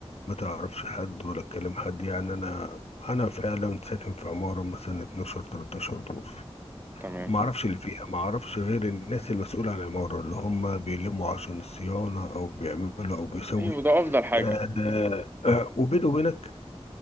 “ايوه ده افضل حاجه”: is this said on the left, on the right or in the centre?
Right